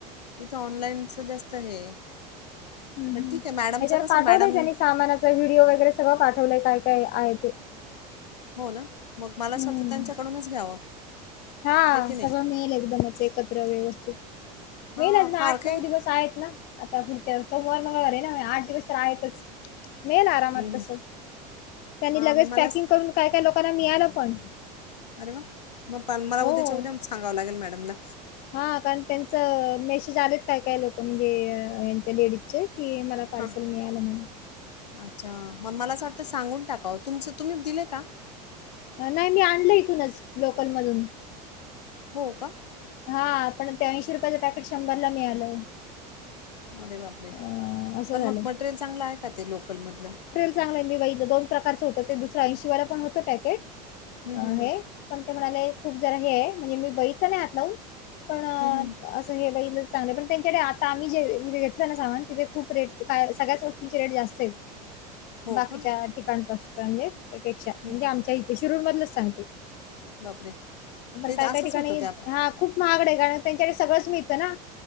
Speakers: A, on the left; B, on the left.
A: इथं ऑनलाईनच जास्त हे ए
B: हम्म हम्म.
A: पण ठीक आहे मॅडमच
B: ह्याच्यावर
A: कस
B: पाठवलंय
A: मॅडम
B: त्यांनी सामानाचा व्हिडिओ वगैरे सगळं पाठवलंय काय काय आहे ते.
A: हो ना मग मला असं
B: हम्म
A: वाटतं त्यांच्याकडूनच घ्यावं.
B: हा
A: आहे की नाही?
B: सगळं मिळेल एकदमच एकत्र व्यवस्थित.
A: हां,
B: मिळणार ना
A: फार
B: आठ
A: काही
B: नऊ दिवस आहेत ना आता पुढच्या सोमवार मंगळवार आहे ना आठ दिवस तर आहेतच. मिळेल आरामात
A: हं,
B: तस
A: हं.
B: त्यांनी
A: हां,
B: लगेच
A: मग मला
B: पॅकिंग
A: स-
B: करून काय काय लोकांना मिळाल. पण.
A: अरे वा मग पाल मला
B: हो
A: उद्याच्या उद्या सांगावं लागेल मॅडमला.
B: हा कारण त्यांचं मेसेज आलेत काय काय लोक म्हणजे अ यान त्या लेडीच की मला पार्सल
A: हां,
B: मिळालं म्हणून.
A: अच्छा म मला असं वाटतं सांगून टाकाव तुमच तुम्ही दिले का?
B: नाही मी आणलं इथूनच लोकल मधून.
A: हो का
B: हा पण ते ऐंशी रुपयाचं पॅकेट शंभर ला मिळालं
A: अरे बापरे
B: अ असं
A: पण
B: झालं
A: मग मटेरियल चांगलं आहे का ते लोकल मधलं
B: चांगलंय मी दोन प्रकारच होत ते दुसरं ऐंशीवाला पण होत पॅकेट
A: हं, हं, हं.
B: हे पण ते म्हणाले खूप जरा हे आहे म्हणजे मी पैसे नाही आणलोव पण अ,
A: हम् हम
B: असं हे बही चांगलं पण त्यांच्याकडे आता आम्ही जे सांग तिथे खूप रेट सगळ्याच वस्तूची रेट जास्त आहे
A: हो
B: बाकीच्या
A: का?
B: ठिकाणपास म्हणजेपेक्षा
A: हं,
B: म्हणजे
A: हं.
B: आमच्या इथे शिरूर मधलंच सांगते
A: बापरे!
B: पण
A: ते
B: काय
A: असंच
B: काय ठिकाणी
A: होतं ते आपलं.
B: हा खूप माहागडे कारण त्यांच्याकडे सगळंच मिळत ना